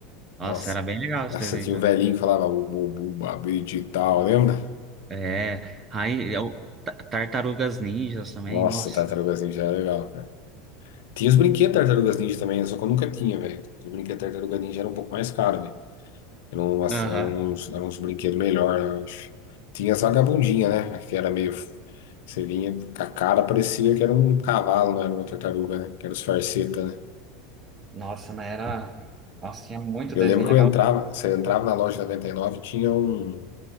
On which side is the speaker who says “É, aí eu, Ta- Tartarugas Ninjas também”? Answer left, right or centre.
Right